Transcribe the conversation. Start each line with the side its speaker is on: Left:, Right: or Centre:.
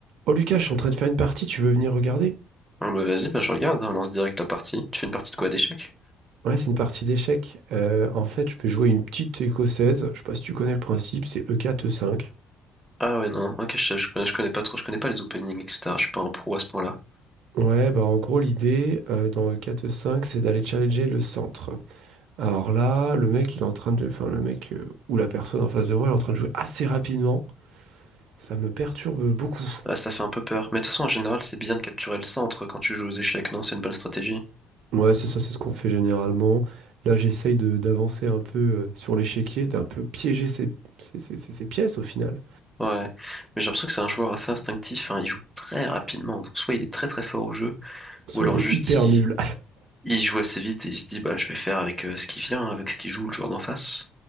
Right: Oh Lucas, je suis en train de faire une partie, tu veux venir regarder?
Centre: Ah bah vas-y, bah je regarde, hein, on lance direct la partie. Tu fais une partie de quoi, d'échecs?
Right: Ouais, c'est une partie d'échecs. Euh, en fait, je vais jouer une petite écossaise. Je sais pas si tu connais le principe, c'est E4, E5.
Centre: Ah ouais, non, ok, je, je connais, je connais pas trop, je connais pas les openings, etc. Je suis pas un pro à ce point-là.
Right: Ouais, bah en gros, l'idée euh, dans E4, E5, c'est d'aller challenger le centre. Alors là, le mec, il est en train de. Enfin, le mec euh, ou la personne en face de moi, il est en train de jouer assez rapidement. Ça me perturbe beaucoup.
Centre: Ah, ça fait un peu peur. Mais de toute façon, en général, c'est bien de capturer le centre quand tu joues aux échecs, non? C'est une bonne stratégie.
Right: Ouais, c'est ça, c'est ce qu'on fait généralement. Là, j'essaye de- d'avancer un peu euh, sur l'échiquier, d'un peu piéger ses, ses ses- ses- ses pièces au final.
Centre: Ouais. Mais j'ai l'impression que c'est un joueur assez instinctif, hein, Il joue très rapidement. Donc soit il est très très fort au jeu,
Right: Soit
Centre: ou alors
Right: il est
Centre: juste
Right: hyper
Centre: il,
Right: nul,
Centre: il joue assez vite et il se dit, bah je vais faire avec euh, ce qui vient, avec ce qui joue le joueur d'en face.